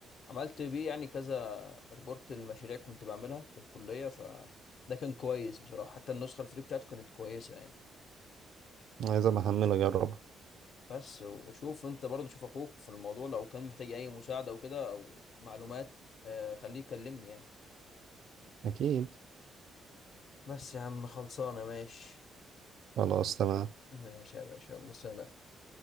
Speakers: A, on the left; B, on the right.
A: عملت بيه يعني كذا ريبورت للمشاريع كنت بعملها في الكليه فده كان كويس بصراحه حتى النسخه الفري بتاعته كانت كويسه يعني
B: عايز أبقى أحمله أجربه
A: بس وشوف انت برضه شوف اخوك في الموضوع لو كان محتاج اي مساعدة او كده او معلومات آه، خليه يكلمني يعني
B: أكيد
A: بس يا عم خلصانة ماشي
B: خلاص تمام
A: ماشي يا باشا يلا سلام